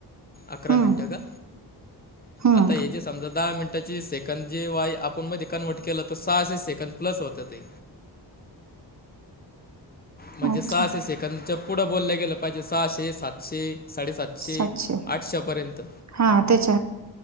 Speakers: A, on the left; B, on the right.
A: अकरा
B: हम्म
A: मिनिटं का?
B: हम्म
A: आता हे जे समजा दहा मिनिटाची सेकंद जे वाय आपण मध्ये कन्वर्ट केलं तर सहाशे सेकड प्लस होत ते. म्हणजे
B: अच्छा
A: सहाशे सेकंदच्या पुढं बोललं गेलं पाहिजे सहाशे, सातशे, साडेसातशे
B: सातशे
A: आठशेपर्यंत
B: हा तेच